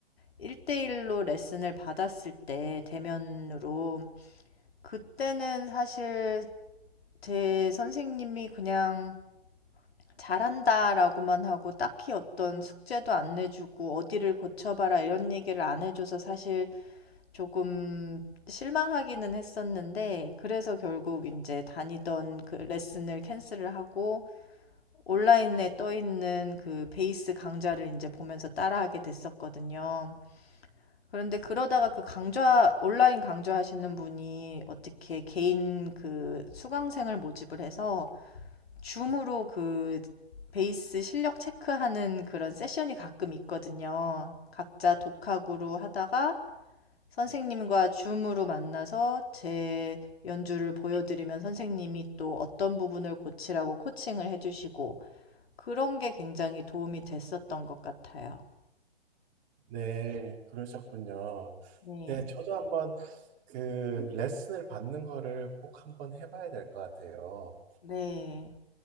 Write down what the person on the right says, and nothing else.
네, 그러셨군요.
네, 네. 저도 한번 그 레슨을 받는 거를 꼭 한번 해봐야 될 것 같아요.